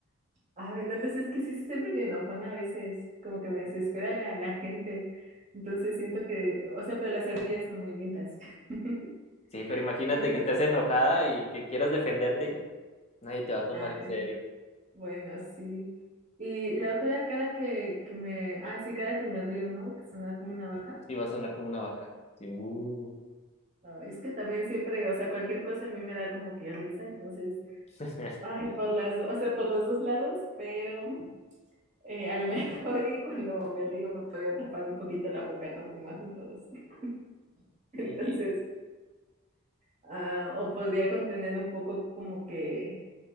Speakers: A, on the right (about 30°); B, on the left (about 30°).
A: Ay, no lo sé, es que sí soy medio enojona a veces, como que me desespera la, la gente. Entonces siento que, o sea, pero las ardillas son muy lindas. <laughs>
B: Sí, pero imagínate
A: Yo no-
B: que estés enojada y que quieras defenderte. ¿no? Nadie te va a tomar
A: Ay,
B: en serio.
A: bueno, sí. Y la otra era cara que, que me, ah, sí, cara que me río, ¿no? Que sonaba como una vaca.
B: Sí, vas a sonar como una vaca. Sí, mu.
A: Ay, es que también siempre, o sea, cualquier cosa a mí me da como que risa, entonces,
B: <laughs>
A: ay, por las, o sea, por los dos lados, pero eh, a lo <laughs> mejor y cuando me río me podía tapar un poquito la boca, ¿no? Como hacen todos. <laughs> Entonces,
B: Sí.
A: Ah, o podría contener un poco como que,